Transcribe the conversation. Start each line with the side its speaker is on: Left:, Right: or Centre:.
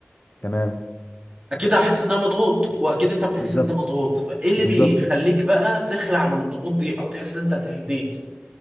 Left: تمام
Right: اكيد هحس ان انا مضغوط واكيد انت بتحس
Left: بالظبط
Right: ان انت مضغوط فايه اللي
Left: بالظبط
Right: بيخليك بقى تخلع من الضغوط دي او تحس ان انت تهديت